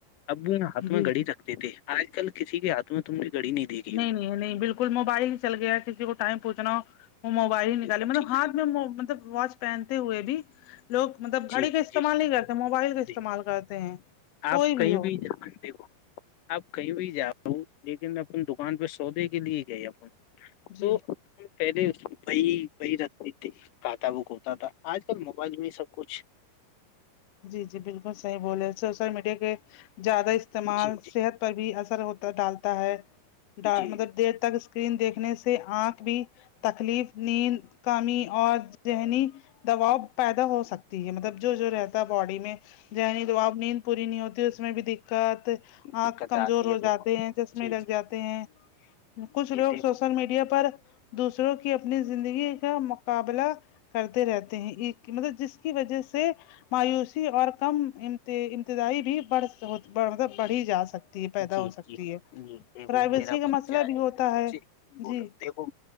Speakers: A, on the left; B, on the left.
A: ابو نے ہاتھ
B: جی
A: میں گڑی رکھ تھے آج کل کسی کے ہاتھ میں تم گڑی نہیں دیکھی
B: نہیں
A: ہوگی
B: نہیں نہیں بالکل موبائل ہی چل گیا ہے کسی کو ٹائم پوچھنا ہو وہ موبائل ہی
A: دیکھو
B: نکالے مطلب
A: ٹھیک ہے
B: ہاتھ میں مطلب واچ پہنتے ہوئے بھی لوگ مطلب گھڑی
A: جی
B: کا استعمال
A: جی
B: نہیں کرتے موبائل
A: جی
B: کا استعمال کرتے ہیں
A: آپ
B: کوئی
A: کہیں
B: ہو
A: بھی <unintelligible> دیکھو آپ کہیں بھی جا رہا ہوں لیکن میں اپن دکان پہ سودے کے لیے گئی اپن
B: جی
A: تو پہلے اس بی بی رکھتی تھی کھاتا بوک ہوتا تھا آج کل موبائل میں سب کچھ
B: جی جی بالکل صحیح بولے سوشل میڈیا کے زیادہ استعمال
A: جی جی
B: صحت پر بھی اثر ہوتا ڈالتا ہے ڈ
A: جی
B: مطلب دیر تک اسکرین دیکھنے سے آنکھ بھی تکلیف نیند کمی اور ذہنی دباؤ پیدا ہو سکتی ہے مطلب جو جو رہتا ہے باڈی میں ذہنی دباؤ نیند پوری نہیں ہوتی اس میں بھی دقت آنکھ
A: دقت
B: کمزور
A: آتی ہے
B: ہو
A: دیکھو
B: جاتے ہیں چشمے
A: جی
B: لگ
A: جی
B: جاتے ہیں کچھ
A: جی
B: لوگ
A: دیکھو
B: سوشل میڈیا پر دوسروں کی اپنی زندگی کا مقابلہ کرتے رہتے ہیں ایک کہ مطلب جس کی وجہ سے مایوسی اور کم امتدائی بھی بڑھ مطلب بڑھی جا سکتی ہے پیدا
A: جی
B: ہو سکتی
A: جی
B: ہے
A: جی دیکھو
B: پرائیویسی
A: میرا
B: کا
A: بچہ
B: مسئلہ بھی
A: ہے
B: ہوتا
A: جی بولو
B: جی
A: دیکھو